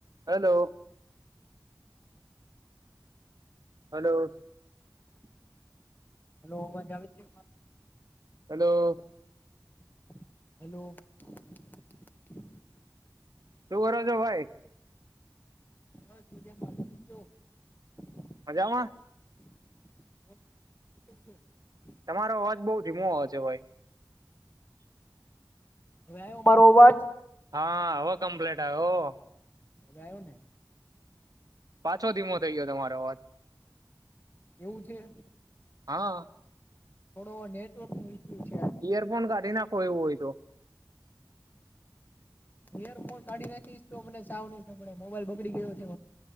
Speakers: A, on the right; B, on the left.
A: હેલો હલો
B: હલો અવાજ આવે છે.
A: હાલો
B: <inaudible>
A: શુ કર છો ભાઈ
B: <inaudible>
A: મજામાં
B: <inaudible>
A: તમારો અવાજ બઉ ધીમો આવ છે ભાઈ
B: હવે આવ મારો અવાજ
A: હા આવો કમપ્લેટ ઓ
B: હવે આવ્યો ને
A: પાછો ધીમો થઇ ગયો તમારો અવાજ
B: એવું છે.
A: હા
B: થોડો નેટવર્ક નો ઇસ્યુ
A: ઈયરફોન કાઢી નાખો એવું હોય તો
B: ઈયરફોન કાઢી નાખીશ તો મને સાવ નહભે મોબાઈલ બગડી ગયો છે